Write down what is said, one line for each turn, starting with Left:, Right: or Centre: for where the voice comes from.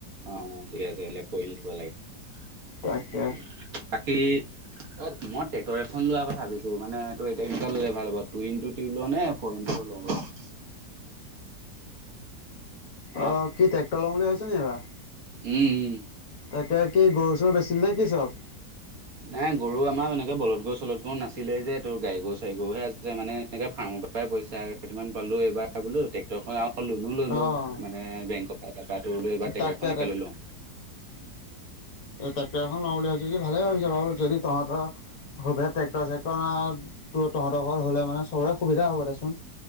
Right: অ'! অ'! <unintelligible>
Left: তাকে
Right: ট্ৰেক্টৰ এখন লোৱাৰ কথা ভাবিছোঁ। মানে, তোৰ এতিয়া কেনেকোৱা ল'লে ভাল হ'ব, টো ইনটু টো লওঁ নে, ফৌৰ ইনটু ফৰ লওঁ বাৰু? <inaudible> হা,
Left: অ'! কি ট্ৰেক্টৰ লম বুলি ভাবিছ নি এইবাৰ?
Right: উম! উম!
Left: তাকে, কি গৰু, চৰু বেচিলি নেকি চব?
Right: নাই গৰু আমাৰ এনেকে বলত গছ - <unintelligible> কো নাছিলে যে, তোৰ গাড়ী গৰু, চাৰি গৰুহে আছে। মানে, এনেকে ফাৰ্মৰ পৰাই পইচা কেইটামান পালোঁ এইবাৰ। বোলো ট্ৰেক্টৰখন আৰু ললোঁ ললোঁ।
Left: অ'
Right: মানে, বেংক পৰা টকাটো লৈ এবাৰ ট্ৰেক্টৰ
Left: তাকে
Right: এখনকে লৈ লওঁ।
Left: <unintelligible> ট্ৰেক্টৰ এখন লওঁ বুলি ভাবিছ যদি, ভালে ভাবিছ বাৰু, যদি তহঁতৰ, সুভে ট্ৰেক্টৰ চেক্টৰ আঁ। তহঁতৰ ঘৰত হ'লে মানে, চবৰে সুবিধা হ'ব দেচোন।